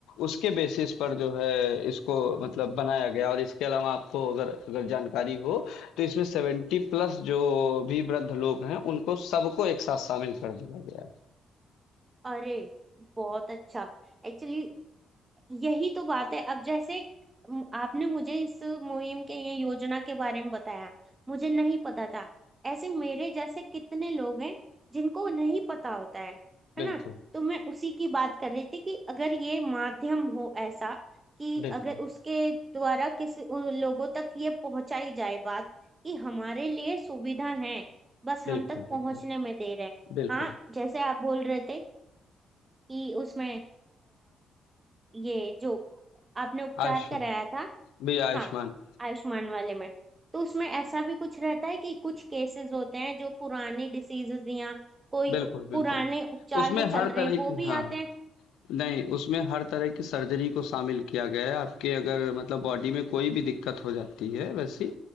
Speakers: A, on the left; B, on the right.
A: उसके बेसिस पर जो है इसको मतलब बनाया गया और इसके अलावा आपको अगर अगर जानकारी हो, तो इसमें 70 प्लस जो भी वृद्ध लोग हैं, उनको सबको एक साथ शामिल कर दिया गया है।
B: अरे बहुत अच्छा एक्चुअली यही तो बात है अब जैसे म- आपने मुझे इस मुहिम के ये योजना के बारे में बताया मुझे नहीं पता था ऐसे मेरे जैसे कितने लोग हैं जिनको नहीं पता होता है
A: बिल्कुल,
B: है ना तो मैं उसी की बात कर रही थी कि अगर ये माध्यम हो ऐसा कि
A: बिल्कुल,
B: अगर उसके द्वारा किसी उन लोगों तक ये पहुंचाई जाए बात कि हमारे लिए सुविधा है बस
A: बिल्कुल,
B: हम तक पहुंचने
A: बिल्कुल,
B: में देर है
A: बिल्कुल।
B: हाँ जैसे आप बोल रहे थे कि उसमें ये जो आपने उपचार
A: आयुष्मान
B: कराया था
A: भी आयुष्मान
B: हाँ आयुष्मान वाले में तो उसमें ऐसा भी कुछ रहता है कि कुछ केसेस होते हैं जो पुराने डिसीजेज या कोई
A: बिल्कुल, बिल्कुल।
B: पुराने उपचार
A: उसमें
B: जो चल
A: हर
B: रहे
A: तरह
B: हैं वो
A: की
B: भी
A: हाँ,
B: आते हैं
A: नहीं उसमें हर तरह की सर्जरी को शामिल किया गया है। आपके अगर मतलब बॉडी में कोई भी दिक्कत हो जाती है वैसी,